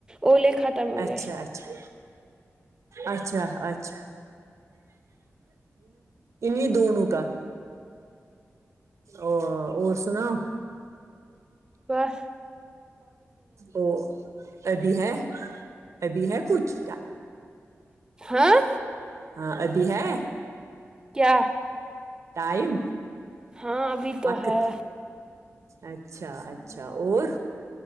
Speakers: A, on the right (about 15°); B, on the right (about 75°).
A: اولے ختم ہو
B: اچھا
A: گئے
B: اچھا اچھا اچھا ع ہی دونوں کا اور اور سناؤ
A: واہ
B: ا تبھی ہے تبھی ہے کچھ کیا
A: ہاں
B: ہاں ابھی ہے
A: کیا
B: ٹائم
A: ہاں ابھی تو
B: وقت
A: ہے
B: اچھا اچھا اور